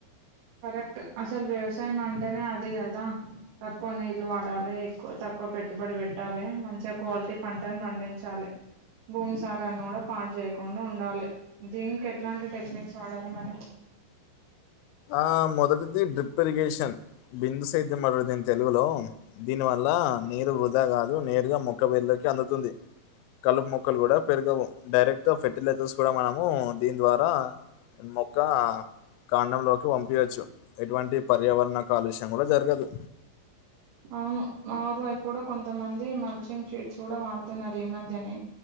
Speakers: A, on the right; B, on the left.
A: కరెక్ట్ అసలు వ్యవసాయం అంటేనే అదే కదా తక్కువ నీళ్ళు వాడాలి ఎక్కువ తక్కువ పె కట్టుబడి పెట్టాలి మంచిగా క్వాలిటీ పంటను పండించాలి భూమి సారాన్ని గుడా పాడ్ చేయకుండ ఉండాలె. దీనికి ఎట్లాంటి టెక్నిక్స్ వాడాలి మరి
B: ఆ మొదటిది డ్రిప్ ఇరిగేషన్ బిందు సేద్యం <unintelligible> దీన్ తెలుగులో దీని వల్లా నీరు వృధా గాదు నేరుగా మొక్క వేర్లకి అందుతుంది. కలుపు మొక్కలు గుడా పెరగవు. డైరెక్ట్ ఫర్టిలైజర్స్ కూడా మనము దీని ద్వారా మొక్కా కాండలోక్ పంపియచ్చు. ఎటువంటి పర్యావరణ కాలుష్యం కూడా జరగదు.
A: అవును మా ఊర్ వైప్ కూడా కొంతమంది మల్షింగ్ షీట్స్ కూడా వాడుతున్నరు ఈ మధ్యనే